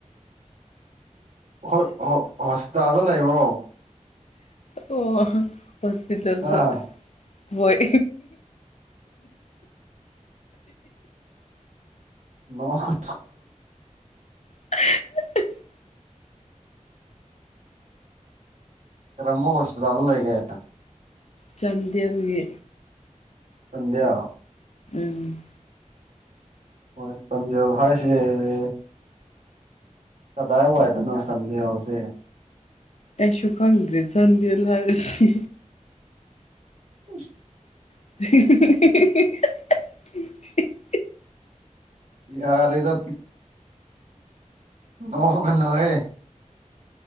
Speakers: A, on the right; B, on the left.
A: ꯍꯣꯏ ꯍꯣꯁꯄꯤꯇꯥꯜꯗ ꯂꯩꯕ꯭ꯔꯣ
B: ꯑꯣ ꯍꯣꯁꯄꯤꯇꯥꯜꯗ
A: ꯑꯥ
B: ꯍꯣꯏ
A: ꯃꯧꯋꯥ <unintelligible>
B: ꯑ <unintelligible>
A: ꯀꯔꯝꯕ ꯍꯣꯁꯄꯤꯇꯥꯜꯗ ꯂꯩꯒꯦ
B: ꯆꯥꯟꯗꯦꯜꯒꯤ
A: ꯆꯥꯟꯗꯦꯜꯒꯤ
B: ꯎꯝ
A: ꯍꯣꯏ ꯇꯥꯝꯕꯤꯌꯣ ꯍꯥꯏꯔꯁꯨ ꯌꯥꯢꯌꯦ ꯀꯗꯥꯏ ꯋꯥꯏꯗꯅꯣ <unintelligible>
B: ꯑꯦꯁꯨꯨ ꯈꯪꯗ꯭ꯔꯦ ꯆꯥꯟꯗꯤ ꯂ ꯍꯥꯏꯔꯗꯤ
A: <unintelligible>
B: <unintelligible> <unintelligible>
A: ꯌꯥꯔꯦꯗ ꯅꯣꯡ ꯀꯅꯣꯑꯦ